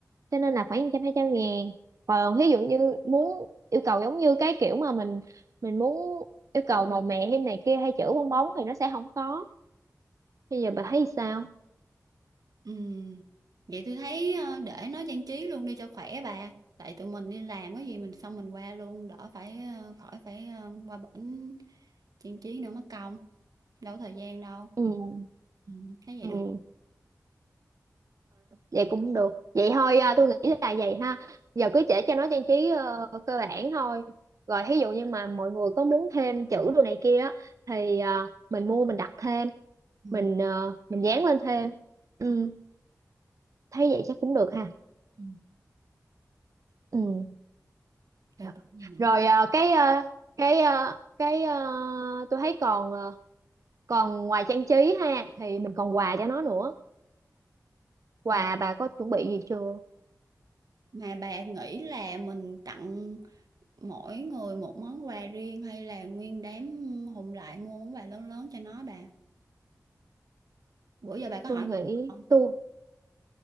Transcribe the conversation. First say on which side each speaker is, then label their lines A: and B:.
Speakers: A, on the right (about 55°); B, on the right (about 75°).
A: cho nên là khoảng 100 200 ngàn. còn ví dụ như muốn yêu cầu giống như cái kiểu mà mình mình muốn yêu cầu màu mè thêm này kia hay chữ bong bóng thì nó sẽ không có bây giờ bà thấy sao
B: ừ vậy tôi thấy ờ, để nó trang trí luôn đi cho khỏe bà tại tụi mình đi làm có gì mình xong mình qua luôn đỡ phải ờ, khỏi phải ờ, qua bển trang trí nữa mất công đâu có thời gian đâu
A: ừ.
B: ừ, thấy vậy
A: ừ
B: được không
A: vậy cũng được vậy thôi à, tôi nghĩ là vậy ha giờ cứ để cho nó trang trí ờ, cơ bản thôi rồi ví dụ như mà mọi người có muốn thêm chữ đồ này kia á thì à, mình mua mình đặt thêm
B: ừ.
A: mình ờ, mình dán lên thêm ừ, thấy vậy chắc cũng được ha
B: Ừ.
A: ừ.
B: Rồi
A: trời.
B: còn gì nữa không?
A: rồi ờ, cái ờ, cái ờ, cái ờ, tôi thấy còn ờ, còn ngoài trang trí ha thì mình còn quà cho nó nữa quà
B: Ờ,
A: bà có chuẩn bị gì chưa
B: mà bà nghĩ là mình tặng mỗi người một món quà riêng hay là nguyên đám hùng lại mua món quà lớn lớn cho nó bà? Bữa giờ bà có
A: tôi
B: hỏi mặt
A: nghĩ
B: người không?
A: tôi